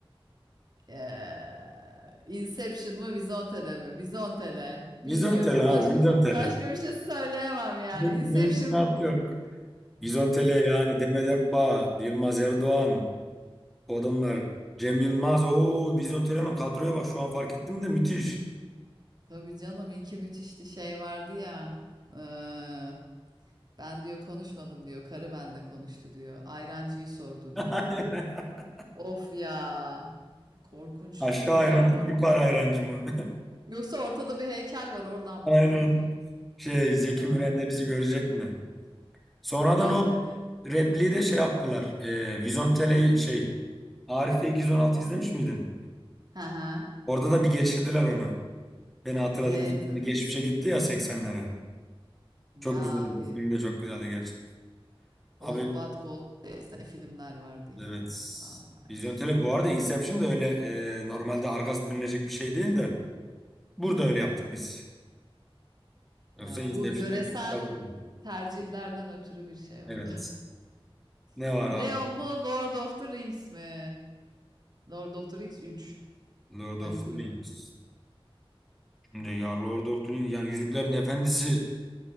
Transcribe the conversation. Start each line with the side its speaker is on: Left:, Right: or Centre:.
Right: Eee, Inception mı, Vizontele mi? Vizontele.
Centre: Vizyon
Right: Bilmiyorum.
Centre: tele abi,
Right: Başka
Centre: vizyon
Right: <laughs>
Centre: tele.
Right: başka bir şey söyleyemem yani.
Centre: Müm
Right: Inception.
Centre: mümkünat yok. Bizontele yani Demet Akbağ, Yılmaz Erdoğan o adamlar. Cem Yılmaz. Oo Bizontele'nin kadroya bak şu an fark ettim de müthiş.
Right: Tabii canım iki müthişti şey vardı ya. Eee, ben diyor konuşmadım diyor. Karı benle konuştu diyor. Ayrancıyı sordu diyor
Centre: <laughs> Aynen.
Right: falan. Of ya. Korkunç
Centre: Aşağı
Right: travma.
Centre: hayrancı mı yukarı hayrancı mı?
Right: Yoksa ortada bir heykel var oradan
Centre: <laughs> Aynen.
Right: mısınız diyor.
Centre: Şey Zeki
Right: Tamam.
Centre: Müren de bizi görecek mi? Sonradan
Right: Görmedi.
Centre: o repliği de şey yaptılar. Ee, Vizontele'yi şey Arif Bey 216 izlemiş miydin?
Right: Hı hı.
Centre: Orada da bir geçirdiler onu. Beni hatırladığınız
Right: Evet.
Centre: için
Right: o-
Centre: geçmişe gitti ya 80'lere.
Right: Ya
Centre: Çok güzeldi.
Right: abi
Centre: O film de çok güzeldi gerçekten. Abi
Right: Old But Gold diye sene filmler vardı ya.
Centre: Evet.
Right: Vallahi
Centre: Vizyon
Right: hiç
Centre: tele bu
Right: tanımıyorum.
Centre: arada Inception da öyle e, normalde arkası dönülecek bir şey değil de burada öyle yaptık biz. Yoksa
Right: Ya
Centre: Inception'da
Right: bu yöresel
Centre: arkası dönülecek.
Right: tercihlerden ötürü bir şey oldu.
Centre: Evet. Ne
Right: <laughs>
Centre: var abi?
Right: Leon mu Lord of the Rings mi? Lord of the Rings 3.
Centre: Lord
Right: Hadi
Centre: of the
Right: buyurun.
Centre: Rings. Şimdi ya Lord of the Rings yani Yüzüklerin Efendisi